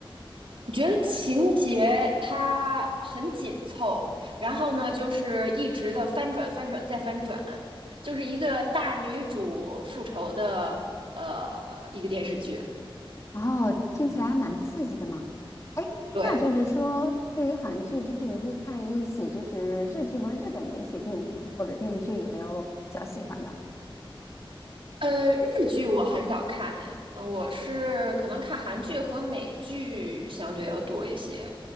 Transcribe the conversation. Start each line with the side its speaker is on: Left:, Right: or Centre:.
Right: 我觉得情节它很紧凑，然后呢，就是一直的翻转、翻转再翻转，就是一个大女主复仇的呃一个电视剧。
Left: 哦，听起来还蛮刺激的嘛。哎，
Right: 对，
Left: 那就是说，对于韩剧，就是你会看一些就是日剧吗？日本的一些电影或者电视剧，有没有比较喜欢的？
Right: 呃，日剧我很少看，哎，呃我是可能看韩剧和美剧相对要多一些。